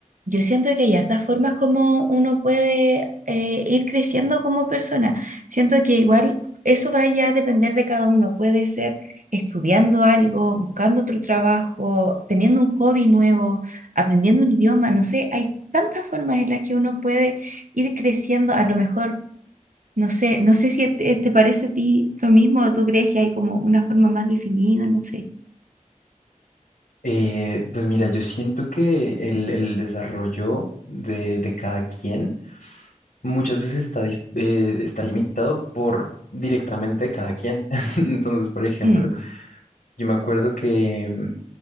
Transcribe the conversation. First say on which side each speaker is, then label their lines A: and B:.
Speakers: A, on the right; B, on the left.
A: Yo siento que hay hartas formas como uno puede eh, ir creciendo como persona. Siento que igual eso va ya a depender de cada uno. Puede ser estudiando algo, buscando otro trabajo, teniendo un hobby nuevo, aprendiendo un idioma. No sé, hay tantas formas en las que uno puede ir creciendo. A lo mejor, no sé, no sé si te, te parece a ti lo mismo o tú crees que hay como una forma más definida, no sé.
B: Eh, pues mira, yo siento que el, el desarrollo de, de cada quien muchas veces está, dis- eh, está limitado por directamente cada quien. <laughs> Entonces, por ejemplo,
A: Mm.
B: yo me acuerdo que, mm,